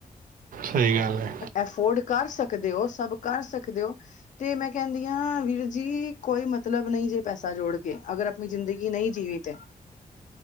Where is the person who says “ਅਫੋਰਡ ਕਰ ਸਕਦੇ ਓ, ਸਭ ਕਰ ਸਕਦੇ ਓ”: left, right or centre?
Left